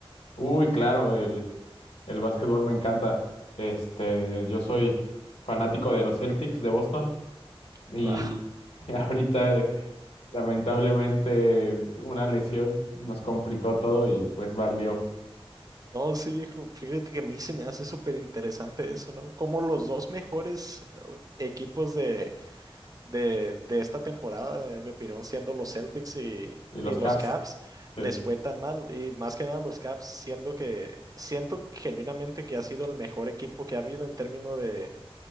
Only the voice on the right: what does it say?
Wow.
No, sí, viejo, fíjate que a mí se me hace súper interesante eso, ¿no? Como los dos mejores eh, equipos de, de, de esta temporada, en mi opinión, siendo los Celtics y,
y los
Cavs,
les fue tan mal. Y más que nada los Cavs, siendo que siento genuinamente que ha sido el mejor equipo que ha habido en términos de,